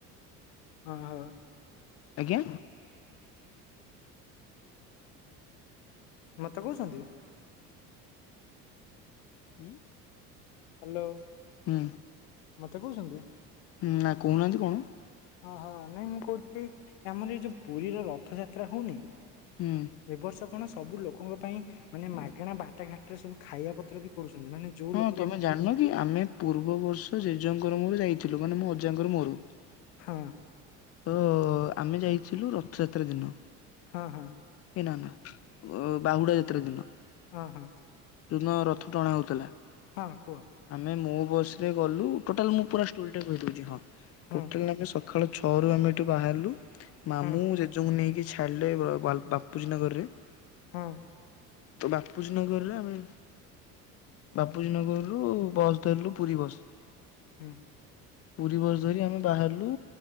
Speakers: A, on the left (about 60°); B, on the left (about 30°).
A: ହଁ <unintelligible>
B: ଆଜ୍ଞା।
A: ମତେ କହୁଛନ୍ତି।
B: ହୁଁ।
A: ହ୍ୟାଲୋ।
B: ହୁଁ।
A: ମତେ କହୁଛନ୍ତି।
B: ହୁଁ ନା କହୁନାହାନ୍ତି କଣ?
A: ହଁ ହଁ ନାଇଁ ମୁଁ କହୁଛି ଆମର ଏଇ ଯୋଉ ପୁରୀର ରଥଯାତ୍ରା ହଉନି।
B: ହୁଁ
A: ଏ ବର୍ଷ କଣ ସବୁ ଲୋକଙ୍କ ପାଇଁ ମାନେ ମାଗଣା ବାଟ ଘାଟରେ ସବୁ ଖାଇବା ପତ୍ର ବି କରୁଛନ୍ତି ମାନେ ଯୋଉ
B: ହଁ
A: ଲୋ
B: ତମେ ଜାଣିନ କି ଆମେ ପୂର୍ବବର୍ଷ ଜେଜେଙ୍କର ମୋର ଯାଇଥିଲୁ ମାନେ ମୋ ଅଜାଙ୍କର ମୋର।
A: ହଁ।
B: ତ ଆମେ ଯାଇଥିଲୁ ରଥଯାତ୍ରା ଦିନ।
A: ହଁ ହଁ।
B: ଏ ନା ନା ଅ ବାହୁଡ଼ା ଯାତ୍ରା ଦିନ।
A: ହଁ ହଁ।
B: ଯୋଉଦିନ ରଥ ଟଣା ହଉଥିଲା
A: ହଁ କୁହ
B: ଆମେ ମୁଁ ବସ୍ ରେ ଗଲୁ ଟୋଟାଲ୍ ମୁଁ ପୁରା ଷ୍ଟୋରି ଟା କହିଦଉଛି ହଁ
A: ହୁଁ
B: <unintelligible> ସକାଳ ଛଅ ରୁ ଆମେ ଏଠି ବାହାରିଲୁ ମାମୁଁ
A: ହୁଁ
B: ଜେଜେଙ୍କୁ ନେଇକି ଛାଡ଼ିଲେ ବା ବାପୁଜୀ ନଗରରେ
A: ହଁ।
B: ତ ବାପୁଜୀ ନଗର ରେ ଆମେ ବାପୁଜୀ ନଗରରୁ ବସ ଧରିଲୁ ପୁରୀ ବସ।
A: ହୁଁ।
B: ପୁରୀ ବସ ଧରି ଆମେ ବାହାରିଲୁ